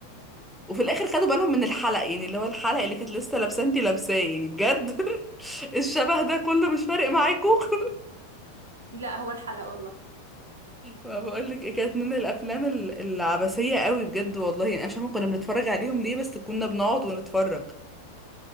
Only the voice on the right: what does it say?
لا هو الحلقة والله